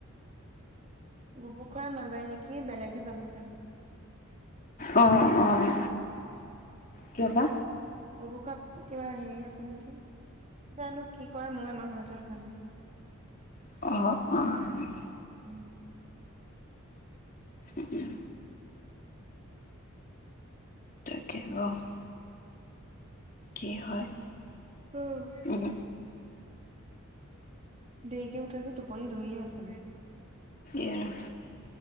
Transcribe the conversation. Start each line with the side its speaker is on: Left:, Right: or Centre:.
Right: গুবু খুৰা নাযায় নেকি বেলেগে যাব চাগে।
Left: অ অ অ কিয় বা
Right: গুবু খুৰা কিবা হেৰি আছে নেকি জানো কি কৰে মই ইমান ভালকে নাজানো।
Left: অঁ'।
Right: উম।
Left: উ উম। <unintelligible>
Right: <unintelligible>
Left: কি হয়।
Right: অ'।
Left: উম
Right: দেৰিকে উঠাযে টোপনি ধৰিয়ে আছে মোৰ।
Left: এই আৰু।